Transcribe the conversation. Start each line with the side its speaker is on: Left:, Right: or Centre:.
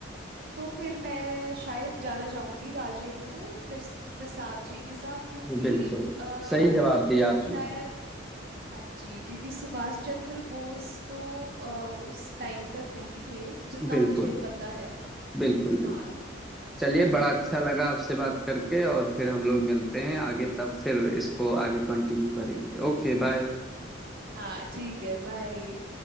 Right: तो फिर मैं शायद जाना चाहूंगी राजेंद्र प्रस, प्रसाद जी के साथ क्योंकि
Centre: बिल्कुल
Right: आ,
Centre: सही जवाब दिया आपने
Right: शायद हाँ जी क्योंकि सुभाष चंद्र बोस तो अ, उस टाइम तक नहीं थे जितना
Centre: बिल्कुल
Right: मुझे पता है
Centre: बिल्कुल बिल्कुल
Right: हाँ
Centre: चलिए
Right: हाँ जी
Centre: बड़ा अच्छा लगा आपसे बात करके और फिर हम लोग मिलते हैं आगे तब फिर इसको आगे कंटिन्यू करेंगे Okay bye
Right: हाँ ठीक है बाय